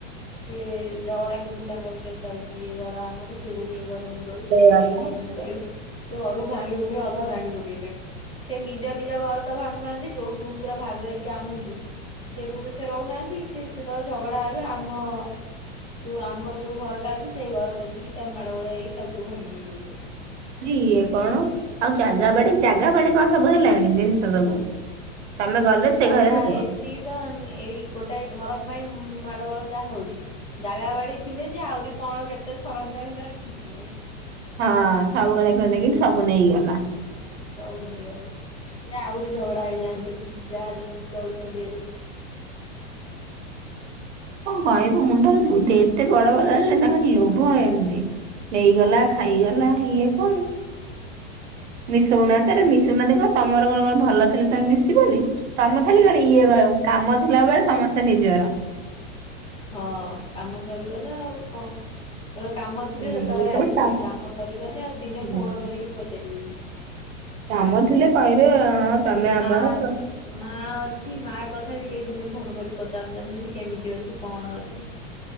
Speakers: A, on the left; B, on the right.
A: ସିଏ ଝଗଡା କିନ୍ତୁ ତାଙ୍କ ଭିତରେ ଚାଲଚି ଏ ଘର ଆମର ସେଏ କହୁଛି ଏଇ ଘରେ ମୋ ରହିବି
B: ସେଇଆ
A: ଇଏ କହିବେ ଏ
B: ପା।
A: ଘରେ ମୁଁ ରହିବି ତୋ ଘରୁକୁ ଭାଙ୍ଗି ଭୁଙ୍ଗି ଅଧା ଭାଙ୍ଗି ପକେଇଲେଣି। ସେ ନିଜ ନିଜ ଘର ତ ଭାଙ୍ଗୁନାହାନ୍ତି ଯୋଉ ରୁମ୍ ଗୁରା ଭାଗ ହେଇଛି ଆମକୁ ସେ ରୁମ୍ ରେ ସେ ସେ ରହୁନାହାନ୍ତି ସେ ଯେତେବେଳେ ଝଗଡା ହେବେ ଆମ ଯୋଉ ଆମର ଯୋଉ ଘରଟା ଅଛି ସେଇ ଘରେ ପଶିକି ତା ମାଡ ବଳ ହେଇକି ତାକୁ ସବୁ ଭାଙ୍ଗି ଭୁଙ୍ଗି ଦଉଛନ୍ତି।
B: <unintelligible> ଇଏ କଣ ଆଉ ଜାଗା ବାଡି ଜାଗା ବାଡି କଣ ସବୁ ହେଲାଣି ଜିନିଷ ସବୁ? ତମେ ଗଲେ
A: ଜାଗା
B: ସେ ଘରେ ରୁହ।
A: ଏତିକି ତ ଏଇ ଗୋଟାଏ ଘର ପାଇଁ ମାଡ ଗୋଳ ଯାହା ହଉଛି। ଜାଗା ବାଡି ଥିଲେ ସେ ଆହୁରି କଣ କେତେ ସରନ୍ତାଣି ତାର ଠିକ୍ ନାହିଁ।
B: ହଁ ସବୁକଥା କହନ୍ତି କି ସବୁ ନେଇଗଲା।
A: ହଁ ସବୁ ନେଇଗଲା। ସିଏ ଆହୁରି ଝଗଡା ହେଇଯାଆନ୍ତେଣି ଯାହା ଯେମତି ଚଳୁଛନ୍ତି ଏବେ।
B: କଣ କହିବୁ ମୁଣ୍ଡରେ ବୁଦ୍ଧି ଏତେ ବଡ ବଡ ହେଲେଣି ତାଙ୍କର ଲୋଭ ଏମତି। ନେଇଗଲା ଖାଇଗଲା ଇଏ କଣ? ମିଶଉନାହାନ୍ତି ଆରେ ମିଶଉନାହାନ୍ତି କଣ ତମର କଣ ଭଲ ଥିଲେ ତମେ ମିଶିବନି। ତମେ ଖାଲି ଖାଲି ଇଏ ହ କାମ ଥିଲା ବେଳେ ସମସ୍ତେ ନିଜର।
A: ହଁ କାମ ସରିଗଲା ଆଉ କଣ। ଯେତେବେଳେ କାମ ଥିବେ
B: ହୁଁ
A: ସେତେବେଳେ
B: ଯେତେବେଳେ
A: ଆସିବେ କାମ ସରିଗଲେ ଆଉ ଦିନେ
B: ହୁଁ
A: ଫୋନ୍ କରିକି ପଚାରିବେନି।
B: କାମ ଥିଲେ କହିବେ। ହଁ ତମେ
A: ଏଇଠି ମାଆ
B: ଆମର ପ୍ର-
A: ମା ଅଛି ମା କଥା ବି କେହି ଦିନେ ଫୋନ୍ କରି ପଚାରୁନାହାନ୍ତି ଯେ ସେ କେମିତି ଅଛି କଣ ଅଛି।